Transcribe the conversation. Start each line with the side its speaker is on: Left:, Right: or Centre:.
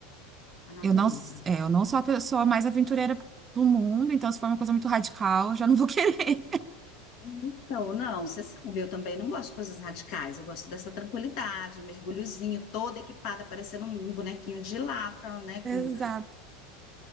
Left: a natureza.
Right: Eu não, é, eu não sou a pessoa mais aventureira do mundo, então se for uma coisa muito radical, eu já não vou <laughs> querer.
Left: Então, não, você sabe, eu também não gosto de coisas radicais, eu gosto dessa tranquilidade, o mergulhozinho, toda equipada, parecendo um bonequinho de lata, né?
Right: Exato.
Left: com-